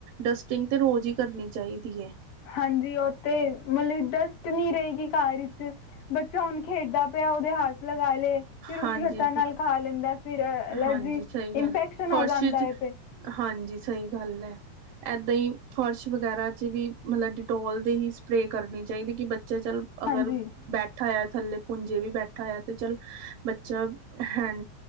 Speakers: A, on the right; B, on the left.
A: ਡਸਟ ਸਟਿੰਗ ਤੇ ਰੋਜ਼ ਹੀ ਕਰਨੀ ਚਾਹੀਦੀ ਹੈ।
B: ਹਾਂਜੀ, ਉਹਥ ਮਤਲਬ ਡਸਟ ਨੀ ਰਹੇਗੀ ਘਰ ਵਿੱਚ। ਬੱਚਾ ਹੁਣ ਖੇਡਦਾ ਪਿਆ ਉਹਦੇ ਹੱਥ ਲਗਾ ਲਏ ਫਿਰ ਉਸਂ
A: ਹਾਂਜੀ
B: ਹੱਥਾਂ
A: ਬਿਲ
B: ਨਾਲ ਖਾ ਲੈਂਦਾ। ਫਿਰ ਅਲਰਜੀ,
A: ਹਾਂਜੀ ਸਹੀ ਗੱਲ
B: ਇਨਫੈਕਸ਼ਨ
A: ਫਰਸ਼
B: ਹੋ ਜਾਂਦਾ
A: ਚ
B: ਹੈ। ਫੇ
A: ਹਾਂਜੀ, ਸਹੀ ਗੱਲ ਹੈ। ਇੱਦਾਂ ਹੀ, ਫਰਸ਼ ਵਗੈਰਾ 'ਚ ਵੀ ਮਤਲਬ ਡਿਟੋਲ ਦੇ ਹੀ ਸਪਰੇਅ ਕਰਨੀ ਚਾਹੀਦੀ। ਕਿ ਬੱਚਾ ਚੱਲ, ਅਗਰ,
B: ਹਾਂਜੀ
A: ਬੈਠ ਥੱਲੇ ਪੂੰਜੇ ਵੀ ਬੈਠਾ ਆ। ਤੇ ਚੱਲ ਬੱਚਾ ਹੈਂ।